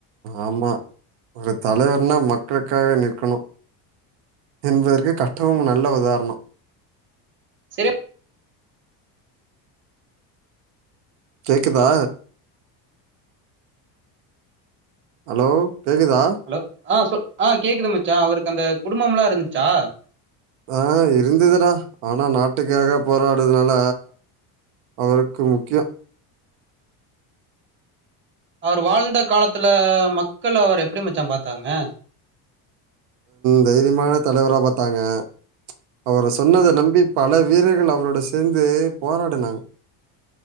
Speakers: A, on the right (about 85°); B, on the right (about 25°).
A: ஆமா ஒரு தலைவர்னா மக்களுக்காக நிற்கணும் என்பதற்குக் கட்டபொம்மன் நல்ல உதாரணம்
B: சரி
A: கேக்குதா ஹலோ கேக்குதா
B: ஹலோ ஆ சொல் ஆ கேக்குது மச்சா அவருக்கு அந்த குடும்பம் எல்லா இருந்துச்சா
A: ஆ இருந்ததுடா ஆனா நாட்டுக்காக போராடுதுனால அவருக்கு முக்கியோ
B: அவர் வாழ்ந்த காலத்துல மக்கள் அவர் எப்படி மச்சா பாத்தாங்க
A: தைரியமான தலைவரா பார்த்தாங்க அவர சொன்னதை
B: ம். ம்.
A: நம்பி பல வீரர்கள் அவரோட சேர்ந்து போராடுனாங்க